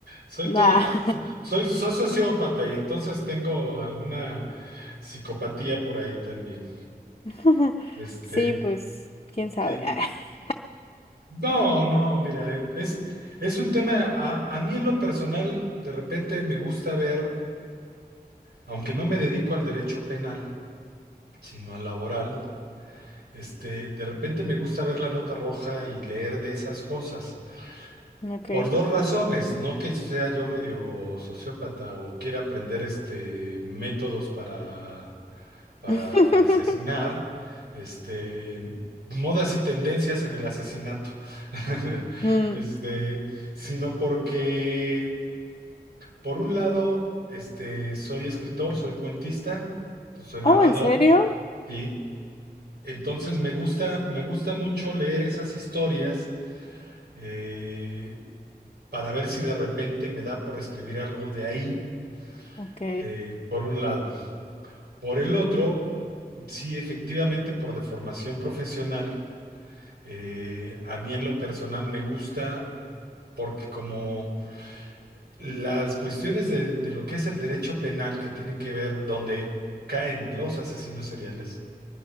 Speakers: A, on the right; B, on the left.
A: Soy
B: Nah.
A: todo una- soy, soy sociópata y entonces tengo alguna psicopatía por ahí también.
B: <laughs>
A: Este,
B: Sí, pues, quién sabe.
A: sí.
B: <laughs>
A: No, no, mira, es, es un tema, a, a mí en lo personal, de repente me gusta ver Aunque no me dedico al derecho penal, sino al laboral, este, de repente me gusta ver la nota roja y leer de esas cosas.
B: Ujú, Ok.
A: Por dos razones, no que sea yo medio sociópata o quiera aprender este métodos para, para
B: <laughs>
A: asesinar, este, modas y tendencias en el asesinato. <laughs>
B: Mm,
A: Este, sino porque, por un lado, este, soy escritor, soy cuentista, soy narrador.
B: Oh, ¿en serio?
A: Sí, entonces me gusta, me gusta mucho leer esas historias eh, para ver si de repente me da por escribir algo de ahí,
B: Ok.
A: eh, por un lado. Por el otro, sí, efectivamente, por deformación profesional, eh, a mí en lo personal me gusta porque como las cuestiones de, de lo que es el derecho penal que tiene que ver donde caen los asesinos seriales,